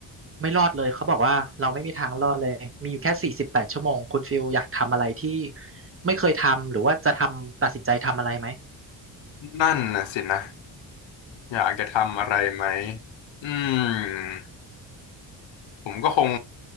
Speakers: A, on the right (about 25°); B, on the left (about 65°).
A: ไม่รอดเลยเขาบอกว่าเราไม่มีทางรอดเลยมีอยู่แค่สี่สิบแปดชั่วโมงคุณฟิลอยากทำอะไรที่ไม่เคยทำหรือว่าจะทำตัดสินใจทำอะไรไหม
B: นั่นนะสินะอยากจะทำอะไรไหมอืมผมก็คง